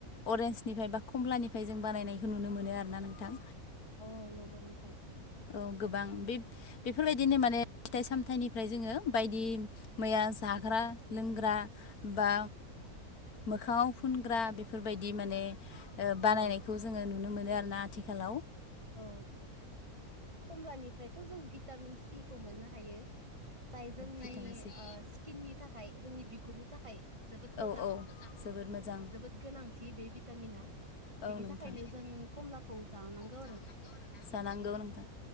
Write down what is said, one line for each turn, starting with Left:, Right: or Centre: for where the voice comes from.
Left: अरेन्सनिफ्राय बा कमलानिफ्राय जों बानायनायखौ नुनो मोनो आरो ना नोंथां
Right: औ नंगौ नोंथां
Left: औ गोबां बे बेफोरबायदिनो माने फिथाइ सामथाइनिफ्राय जोङो बायदि मैया जाग्रा लोंग्रा बा मोखाङाव फुनग्रा बेफोरबायदि माने
Right: औ
Left: बानायनायखौ जोङो नुनो मोनो आरोना आथिखालाव
Right: औ कमलानिफ्रायथ' जों भिटामिन सिखौ मोननो हायो जाय जोंनि
Left: भिटामिन
Right: स्किननि थाखाय जोंनि बिगुरनि थाखाय जोबोद मोजां
Left: औ औ जोबोद मोजां
Right: जोबोद गोनांथि बे भितामिना बेनि
Left: औ नोंथां।
Right: थाखायनो जों कमलाखौ जानांगौ
Left: जानांगौ नोंथां जानांगौ